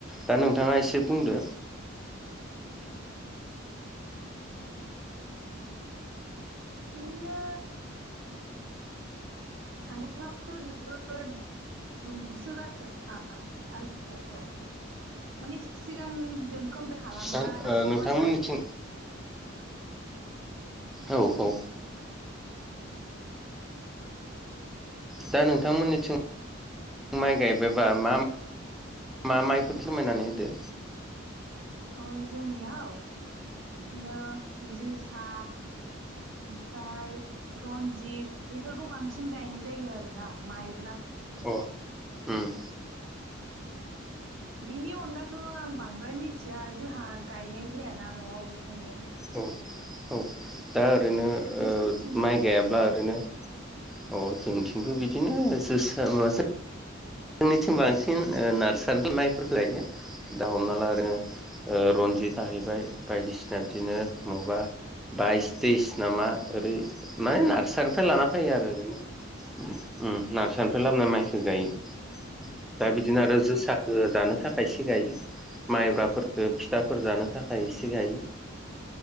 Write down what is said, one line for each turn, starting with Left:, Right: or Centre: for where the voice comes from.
Centre: दा नोंथाङा एसे बुंदो
Right: बिदिनो सान्दुंआबोथ' जोबोद दुंसोगारो आजिखालिथ' मानि सिगां जोंखोम खालामोबा
Centre: दा
Right: दासिमाव
Centre: ओ नोंथांमोननिथिं
Right: आरो ना
Centre: औ औ। दा नोंथांमोननिथिं माइ गायबायबा मा मा माइफोर फोरमायनानै होदो।
Right: औ जोंनियाव बिदिनो जोसा ओमफ्राय रनजित बेफोरखौ बांसिन गायनाय जायो आरो ना। माइ
Centre: अ उम।
Right: बिनि अनगाथ' आं बांद्राय मिथिया जोहा गायनाय जाया ना न'आव बेखायनो।
Centre: औ औ दा ओरैनो
Right: नोंसिनिथिंजायलाय?
Centre: ओ माइ गायाब्ला ओरैनो अ जोंथिंबो बिदिनो जोसा <unintelligible> जोंनिथिं बांसिन ओ <unintelligible> माइफोरखौ <unintelligible> दा हमना ला ओरैनो ओ रनजित जाहैबाय बायदिसिना बिदिनो मबा बाइस तेइस नामा
Right: औ
Centre: ओरै माने नार्सारिनिफ्राय लाना फैयो आरो ओरैनो उम नार्सारनिफ्राय लाबोना माइखो गायो। उम दा बि दिनो आरो जोसाखो जानो थाखाय इसे गायो। माइब्राफोरखो फिथाफोर जानो थाखाय इसे गायो।